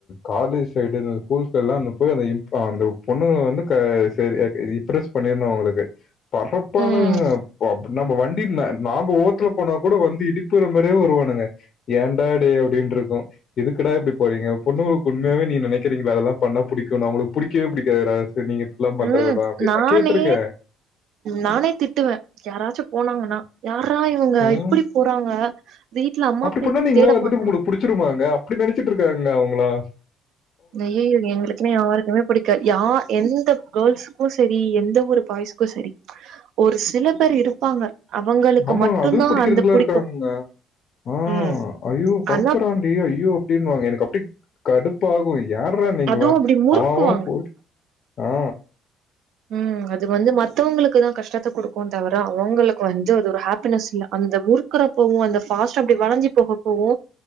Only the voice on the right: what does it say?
ம்
ம்
நானே
நானே திட்டுவே யாராச்சு போனாங்கன்னா யாரா இவங்க
இப்பிடி போறாங்க வீட்ல அம்மா
அப்பா
தேட
மாட்டாங்க
நையய எங்களுக்குனே யாருக்குமே புடிக்கா யா எந்த கேர்ள்ஸுக்கூ செ எ எந்த ஒரு கயசுக்கு செரி ஒரு சில பேர் இருப்பாங்க அவங்களுக்கு
மட்டுந்தா
அந்த புடிக்கு
ம்
ஆனா
அதுவு அப்டி முறுக்குவாங்க
ம் அது வந்து மத்தவங்களுக்கு தா கஷ்டத்த குடுக்கு தவுர அவங்களுக்கு வந்து அது ஒரு ஹாப்பினஸில்ல அந்த முறுக்கற போவு அந்த ஃபஸ்ட் அப்டி அஞ்சி போக போவோ